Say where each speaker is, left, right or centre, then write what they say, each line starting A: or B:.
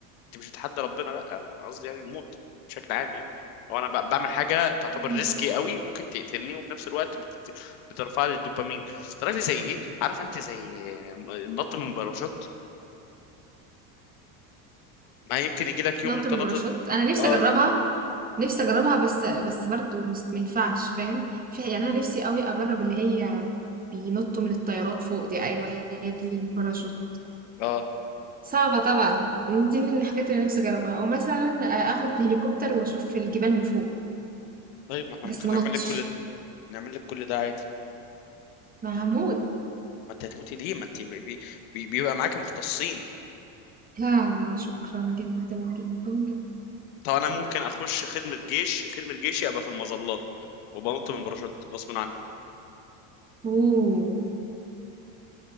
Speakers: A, on the left; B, on the right.
A: أنت مش بتحدى ربنا لأ أنا قصدي يعني الموت بشكل عام يعني لو أنا ب- بعمل حاجة تعتبر
B: مم.
A: ريسكي قوي ممكن تقتلني وفي نفس الوقت بت... بترفع لي الدوبامين تعرفي زي إيه؟ عارف أنت زي م- النط من باراشوت ما يمكن يجي لك يوم
B: نط
A: وأنت
B: من
A: نط
B: الباراشوت انا نفسي
A: آه
B: اجربها نفسي اجربها بس بس برضه مست- ما ينفعش فاهم في يعني انا نفسي قوي اجرب اللي هي بينطوا من الطيارات فوق دي ايوه هي دي الباراشوت
A: آه
B: صعبة طبعا دي من الحاجات اللي نفسي اجربها او مثلا اخد هليكوبتر واشوف الجبال من فوق
A: طيب ما احنا
B: بس
A: ممكن
B: ما
A: نعمل
B: نطش
A: لك كل ده نعمل لك كل ده عادي
B: ما هموت
A: ما انت هتموتي ليه ما انت بي... بي... بيبقى معاك مختصين
B: لا لا شكرا جدا جدا جدا
A: طب انا ممكن اخش خدمه جيش خدمه جيشي ابقى في المظلات وبنط من باراشوت غصب عني
B: اوه